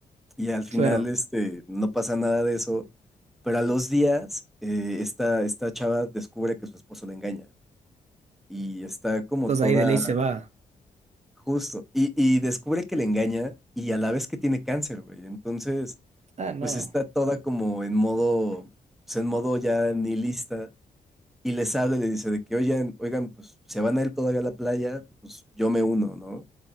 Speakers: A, in the centre; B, on the right.
A: Y al
B: claro.
A: final, este, no pasa nada de eso. Pero a los días, eh, esta, esta chava descubre que su esposo le engaña. Y está como
B: Entonces
A: toda
B: ahí de ley se va.
A: justo. Y, y descubre que le engaña y a la vez que tiene cáncer, güey. Entonces,
B: Ah, no.
A: pues está toda como en modo, pues en modo ya nihilista. Y les habla y le dice de que, oigan, oigan, pues se van a ir todavía a la playa, pues yo me uno, ¿no?